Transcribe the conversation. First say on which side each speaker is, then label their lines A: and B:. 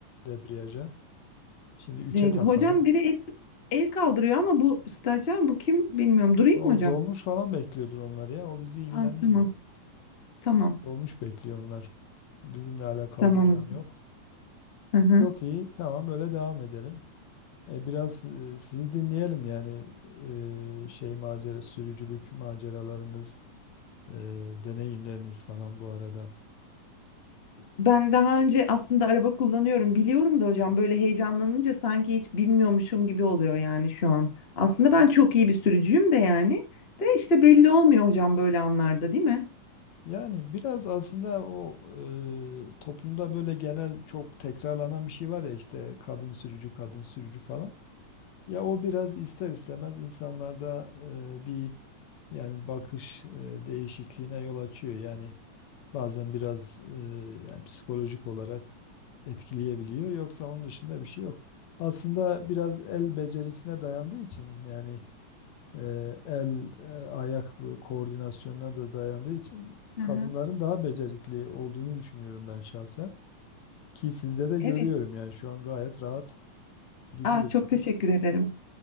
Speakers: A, on the left; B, on the left.
A: Debriyaja. Şimdi üçe
B: Dev-
A: takalım.
B: Hocam biri el, el kaldırıyor ama bu stajyer bu kim bilmiyorum. Durayım
A: O
B: mı hocam?
A: dolmuş falan bekliyordur onlar ya. O bizi ilgilendirmiyor.
B: Aa, tamam. Tamam.
A: Dolmuş bekliyor onlar. Bizimle alakalı
B: Tamam
A: bir durum
B: hocam.
A: yok.
B: Hı hı.
A: Çok iyi. Tamam böyle devam edelim. E, biraz e, sizi dinleyelim yani e, şey macera, sürücülük maceralarınız, e, deneyimleriniz falan bu arada.
B: Ben daha önce aslında araba kullanıyorum biliyorum da hocam böyle heyecanlanınca sanki hiç bilmiyormuşum gibi oluyor yani şu an. Aslında ben çok iyi bir sürücüyüm de yani de işte belli olmuyor hocam böyle anlarda değil mi?
A: Yani biraz aslında o e, toplumda böyle genel çok tekrarlanan bir şey var ya işte kadın sürücü, kadın sürücü falan. Ya o biraz ister istemez insanlarda e, bir yani bakış e, değişikliğine yol açıyor. Yani bazen biraz e, yani psikolojik olarak etkileyebiliyor. Yoksa onun dışında bir şey yok. Aslında biraz el becerisine dayandığı için yani e, el e, ayak bu koordinasyonuna da dayandığı için kadınların
B: Hı hı.
A: daha becerikli olduğunu düşünüyorum ben şahsen. Ki sizde de
B: Evet.
A: görüyorum yani şu an gayet rahat gidiyorsunuz.
B: Ah çok teşekkür ederim.